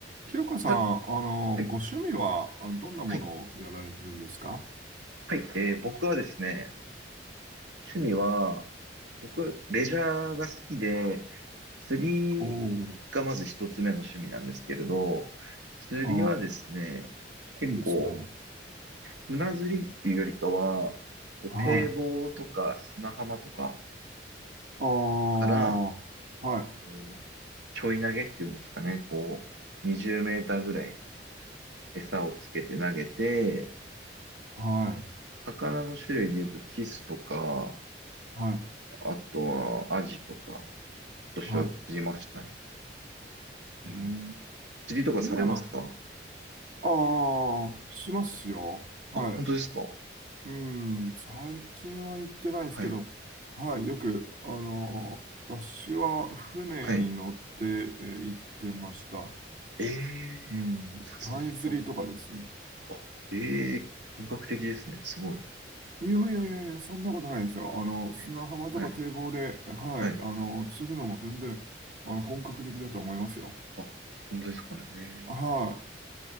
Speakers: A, on the right; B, on the right.
A: 清香さん、
B: た
A: あの、
B: はい、
A: ご趣味はあどんなものをやられてるんですか
B: はい、はい。えー僕はですね、趣味は、
A: あ、
B: 僕、レジャーが好きで、釣りがまず一つ目の趣味なんですけれど、
A: おー、
B: 釣りはですね、
A: あ
B: 結構、
A: ー、いいですね。
B: 船釣りっていうよりかは、こう堤防とか砂浜とか
A: はい。ああ、
B: から、
A: はい、
B: えーちょい投げっていうんですかね、こう、20メーターぐらい餌をつけて投げて、
A: はい、
B: 魚の種類で言うとキスとか、
A: はい、
B: あとはアジとか、としては釣りましたね。
A: は
B: うん。
A: い。えー
B: 釣りとかされますか
A: 今の、ああ、しますよ。はい。
B: あ、本当ですか
A: うん、最近は行ってないですけど、
B: はい。
A: はい、よく、あの、私は船に乗ってえー行ってました。
B: はい。ええー
A: うん、
B: 釣りか。
A: タイ釣りとかですね。
B: あ、ええー本格的ですね。すごい。
A: いやいやいやいや、そんなことないですよ。あの、砂浜とか堤防で、
B: ねはい。
A: はい、
B: はい。
A: あの、釣るのも全然、あの、本格的だと思いますよ。
B: あ、本当ですかね。ええ
A: はい。